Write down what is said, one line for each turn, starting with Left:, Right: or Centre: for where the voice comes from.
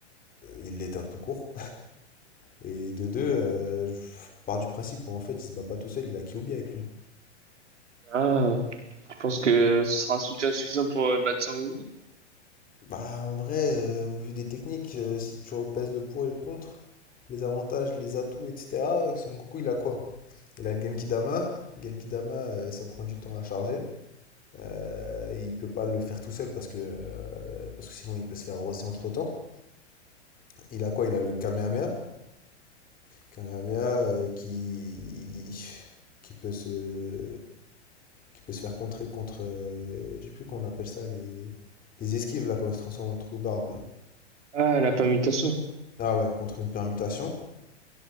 Left: il l'éteint tout court. Et de deux, euh, je pars du principe où en fait il se bat pas tout seul, il a Kyuubi avec lui.
Right: Ah, tu penses que ce sera un soutien suffisant pour euh, battre Son Goku?
Left: Bah en vrai, euh, au vu des techniques, euh, si tu repèses le pour et le contre, les avantages, les atouts, etc., Son Goku il a quoi? Il a le Genki Genkidama. Genkidama, euh, ça prend du temps à charger. Euh, il peut pas le faire tout seul parce que, euh, parce que sinon il peut se faire rosser entre-temps. Il a quoi? Il a le Kamehameha. Kamehameha euh, qui... qui peut se... qui peut se faire contrer contre, euh, je sais plus comment on appelle ça, les, les esquives, là, quand ils se transforme en trou d'arbre. là.
Right: Ah, la permutation.
Left: Ah ouais, contre une permutation.